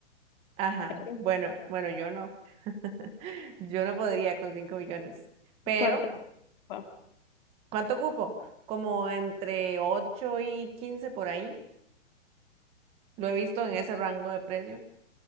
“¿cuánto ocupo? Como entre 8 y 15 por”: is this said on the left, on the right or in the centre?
Right